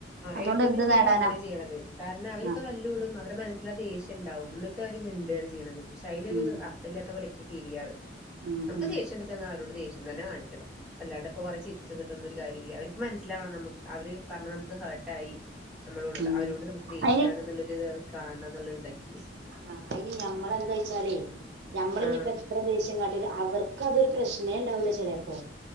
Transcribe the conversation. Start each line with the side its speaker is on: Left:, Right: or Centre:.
Right: അതുകൊണ്ട്
Centre: ഏട്ടനും
Right: എന്ത്
Centre: അമ്മയും
Right: നേടാനാ
Centre: ഇപ്പം അങ്ങനെ ചെയ്യ്ണത് കാരണം അവരിപ്പോ
Right: ആ
Centre: നല്ല. തല്ലൂടും അവരെ മനസ്സിലാ ദേഷ്യണ്ടാവും എന്നിട്ട് അവര് മിണ്ടാണ് ചെയ്യ്ന്നത് പക്ഷെ അയിലൊരു
Right: ഉം
Centre: അ അർത്ഥല്ലാത്ത പോലെ ഇക്ക് ഫീല് ചെയ്യാർ
Right: ഉം
Centre: നമുക്ക്
Right: ഉം
Centre: ദേഷ്യണ്ട് വെച്ചങ്ങാ അവാരോട് ദേഷ്യം. തന്നെ കാണിക്കണം അല്ലാണ്ട്പ്പൊ കൊറെ ചിരിച്ച്ന്ന്ട്ട് ന്നൊരു കാര്യല്ല അവര്. മന്സ്സിലാവണം നമുക്ക് അവര് പറഞ്ഞത് നമുക്ക് ഹേർട്ട് ട്ടായി നമ്മളോട്
Right: ഉം
Centre: അവരോട് നമുക്ക് ദേഷ്യണ്
Right: അയിന്
Centre: എന്നുള്ളൊരുത് കാണാണം എന്നുള്ളരുതാ ഇക്കി.
Right: ആഹ് അയിനി ഞമ്മളെന്താച്ചാലേ ഞമ്മളിഞിപ്പോ.
Centre: ആ
Right: എത്ര ദേശ്യം കാട്ടിൽ അവർക്ക് അതൊരു പ്രശ്നേണ്ടാവൂല ചെലപ്പോ.